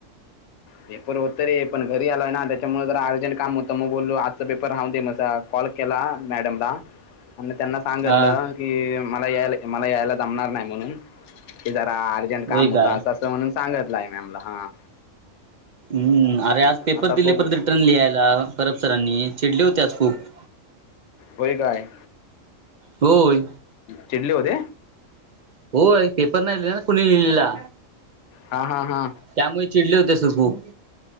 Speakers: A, on the left; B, on the right.
A: पेपर होतं रे पण घरी आलाय ना त्याच्यामुळे जरा अर्जंट काम होतं मग बोललो आजचा पेपर हाव दे मसा कॉल केला मॅडमला आणि त्यांना सांगितलं
B: हा
A: की मला यायला मला यायला जमणार नाही म्हणून क जरा ट
B: होय
A: काम होता
B: काय
A: अस असं म्हणून सांगतला मॅमला हा
B: हं अरे आज पेपर
A: आता
B: दिले
A: बघू
B: परत रिटर्न लिहायला करब सरांनी चिडले होते आज खूप
A: होय काय?
B: होय
A: चिडले होते.
B: हो पेपर नाही लिहिले ना कुणी लिहिलेला
A: हा हा हा
B: त्यामुळे चिडले होते सर खूप